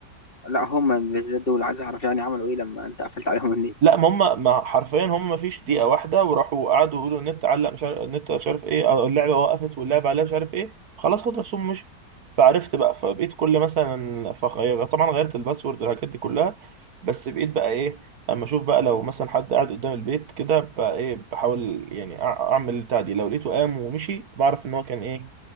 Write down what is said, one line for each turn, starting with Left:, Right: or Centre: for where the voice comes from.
Left: لا هما بالذات دول عايز اعرف يعني عملوا ايه لما انت قفلت عليهم النت
Right: لا ما هم ما حرفيا هم ما فيش دقيقة واحدة وراحوا قعدوا يقولوا النت علق مش عارف النت مش عارف ايه أو اللعبة وقفت واللعبة عليها مش عارف ايه خلاص خد رسوم مش فعرفت بقى فبقيت كل مثلا فغير طبعا غيرت الباسورد والحاجات دي كلها بس بقيت بقى ايه اما اشوف بقى لو مثلا حد قاعد قدام البيت كده بقى ايه بحاول يعني أع- اعمل البتاع دي لو لقيته قام ومشي بعرف ان هو كان ايه